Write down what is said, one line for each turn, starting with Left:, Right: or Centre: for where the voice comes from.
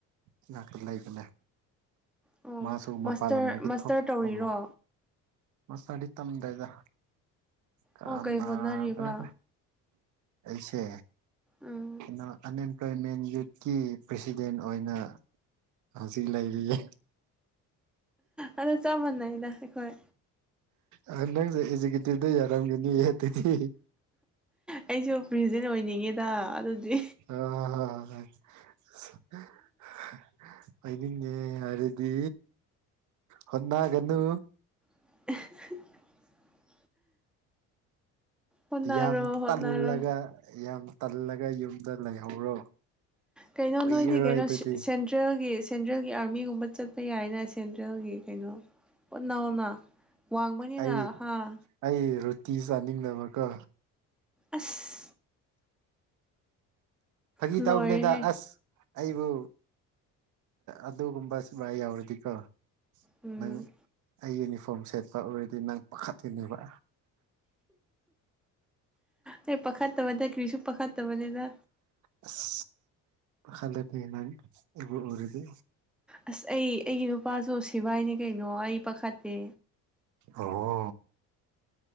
Right: ꯏꯅꯛꯇ ꯂꯩꯕꯅꯦ
Centre: ꯑꯣ
Right: ꯃꯥꯁꯨ
Centre: ꯃꯥꯁꯇꯔ
Right: ꯄꯥꯜꯂꯝꯗꯒꯤ
Centre: ꯃꯥꯁꯇꯔ
Right: ꯊꯣꯛꯑ <unintelligible>
Centre: ꯇꯧꯔꯤꯔꯣ
Right: ꯑꯃ ꯃꯁꯇꯔꯗꯤ ꯇꯝꯗꯔꯗ ꯀꯅꯥꯗꯔ‌ꯦꯗꯥ
Centre: ꯑꯣ ꯀꯩ ꯍꯣꯠꯅꯔꯤꯕ
Right: ꯑꯩꯁꯦ
Centre: ꯎꯝ
Right: ꯀꯩꯅꫭ ꯑꯟꯑꯦꯝꯄ꯭ꯂꯣꯏꯃꯦꯟ ꯌꯨꯠꯀꯤ ꯄ꯭ꯔꯁꯤꯗꯦꯟ ꯑꯣꯏꯅ ꯍꯥꯖꯤꯛ ꯂꯩꯔꯤꯌꯦ
Centre: ꯑꯗꯨ ꯆꯞ ꯃꯥꯟꯅꯩꯗ ꯑꯩꯈꯣꯏ
Right: ꯑꯥ ꯅꯪꯅ ꯑꯦꯖꯨꯀꯦꯇꯤꯚꯗ ꯌꯥꯔꯝꯒꯅꯤ ꯑꯗꯨꯗꯤ
Centre: ꯑꯩꯁꯨ ꯄ꯭ꯔꯁꯤꯗꯦꯟ ꯑꯣꯏꯅꯤꯡꯉꯦꯗ ꯑꯗꯨꯗꯤ
Right: ꯑ ꯍ <unintelligible> ꯑꫭꯏꯅꯤꯡꯉꯦ ꯍꯥꯏꯔꯗꯤ ꯍꯣꯠꯅꯒꯅꯨ
Centre: <unintelligible> ꯍꯣꯠꯅꯔꯣ
Right: ꯌꯥꯝ
Centre: ꯍꯣꯠꯅꯔꯣ
Right: ꯇꯜꯂꯒ ꯌꯥꯝ ꯇꯜꯂꯒ ꯌꯨꯝꯗ ꯂꯩꯍꯧꯔꯣ
Centre: ꯀꯩꯅꯣ
Right: ꯀꯨꯏꯔꯔꯣꯏ
Centre: ꯅꯣꯏꯗꯤ ꯀꯩꯅꯣ
Right: ꯑꯗꯨꯗꯤ
Centre: ꯁꯦꯟꯇ꯭ꯔꯦꯜꯒꯤ ꯁꯦꯟꯇ꯭ꯔꯦꯜꯒꯤ ꯑꯥꯔꯃꯤꯒꯨꯝꯕ ꯆꯠꯄ ꯌꯥꯏꯅ ꯁꯦꯟꯇ꯭ꯔꯦꯜꯒꯤ ꯀꯩꯅꯣ ꯍꯣꯠ ꯅꯥꯎꯅ ꯋꯥꯡꯕꯅꯤꯅ
Right: ꯑꯩ
Centre: ꯍꯥꯥ
Right: ꯑꯩ ꯔꯣꯇꯤ ꯆꯥꯅꯤꯡꯗꯕꯀꯣ
Centre: ꯑꯁ
Right: ꯐꯥꯒꯤ
Centre: ꯂꯣꯏꯔꯦꯍꯦ
Right: ꯇꯧꯕꯅꯤꯗ ꯑꯁ ꯑꯩꯕꯨ ꯑꯗꯨꯒꯨꯝꯕ ꯁꯤꯕꯥꯏ ꯌꯥꯎꯔꯗꯤꯀꯣ
Centre: ꯎꯝ
Right: ꯅꯪ ꯑꯩ ꯌꯨꯅꯤꯐꯣꯔꯝ ꯁꯦꯠꯄ ꯎꯨꯔꯗꯤ ꯅꯪ ꯄꯥꯈꯠꯀꯅꯤꯕ
Centre: ꯑꯩ ꯄꯥꯈꯠꯇꯕꯗ ꯀ꯭ꯔꯤꯁꯨ ꯄꯥꯈꯠꯇꯕꯅꯤꯗ
Right: ꯑꯁ ꯈꯜꯂꯗꯤ ꯅꯪ ꯑꯩꯕꯨ ꯎꯔꯗꯤ꯫
Centre: ꯑꯁ ꯑꯩ ꯑꯩꯒꯤ ꯅꯨꯄꯥꯁꯨ ꯁꯤꯕꯥꯏꯅꯦ ꯀꯩꯅꯣ ꯑꯩ ꯄꯥꯈꯠꯇꯦ
Right: ꯑꯣ